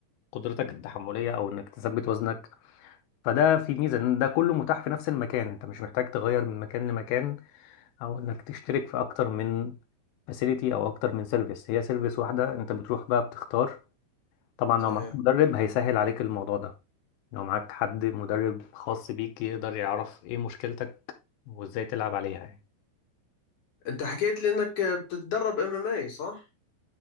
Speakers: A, on the left (about 75°); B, on the left (about 50°).
A: قدرتك التحملية او انك تثبت وزنك فده في ميزة ان ده كله متاح في نفس المكان انت مش محتاج تغير من مكان لمكان او انك تشترك في اكتر من فاسيليتي او اكتر من سيرفيس هي سيرفيس واحدة انت بتروح بقى بتختار طبعا لو
B: صحيح
A: معاك مدرب هيسهل عليك الموضوع ده لو معاك حد مدرب خاص بيك يقدر يعرف ايه مشكلتك وازاي تلعب عليها يعني
B: انت حكيت لي انك بتتدرب ام ام اي صح